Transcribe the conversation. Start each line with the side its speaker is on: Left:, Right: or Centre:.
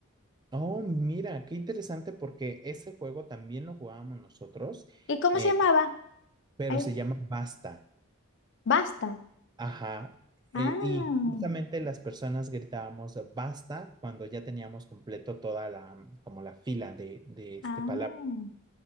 Right: Oh, mira, qué interesante porque ese juego también lo jugábamos nosotros,
Left: ¿Y cómo
Right: eh,
Left: se llamaba?
Right: pero
Left: Ay,
Right: se llama Basta.
Left: Basta.
Right: Ajá.
Left: Ah,
Right: eh, y justamente las personas gritábamos basta cuando ya teníamos completo toda la, mm, como la fila de, de este
Left: ah,
Right: palabra.